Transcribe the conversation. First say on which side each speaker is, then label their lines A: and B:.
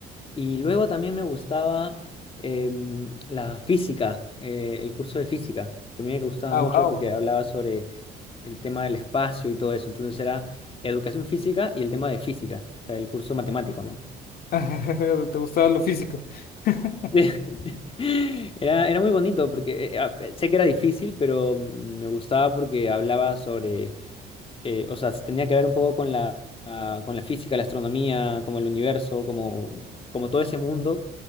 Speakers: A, on the left; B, on the left.
A: Y luego también me gustaba em, la física, eh, el curso de física, que a mí me gustaba
B: Ah,
A: mucho
B: wow.
A: porque hablaba sobre el tema del espacio y todo eso. Entonces era educación física y el tema de física, o sea, el curso matemático, ¿no?
B: <laughs> ¿Te gustaba lo físico? <laughs>
A: <laughs> Era, era muy bonito porque eh, ah, sé que era difícil, pero me gustaba porque hablaba sobre eh, o sea, se tenía que ver un poco con la, ah, con la física, la astronomía, como el universo, como, como todo ese mundo.